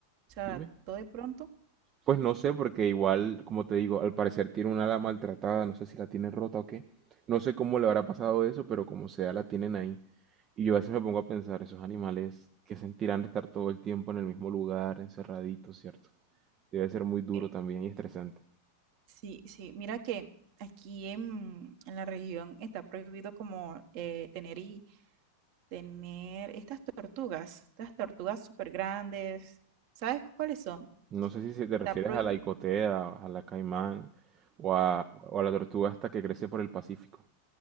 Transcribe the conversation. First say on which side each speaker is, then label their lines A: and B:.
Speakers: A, on the right; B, on the right.
A: Se adaptó
B: Dime.
A: de pronto.
B: Pues no sé, porque igual, como te digo, al parecer tiene un ala maltratada, no sé si la tiene rota o qué. No sé cómo le habrá pasado eso, pero como sea, la tienen ahí. Y yo a veces me pongo a pensar, esos animales que sentirán de estar todo el tiempo en el mismo lugar, encerraditos, ¿cierto? Debe ser muy duro
A: Eh,
B: también y estresante.
A: sí, sí. Mira que aquí en, en la región está prohibido como eh, tener y tener estas tortugas, estas tortugas súper grandes. ¿Sabes cuáles son?
B: No sé si se te refieres
A: Está prohibido.
B: a la icotea, a la caimán o a, o a la tortuga hasta que crece por el Pacífico.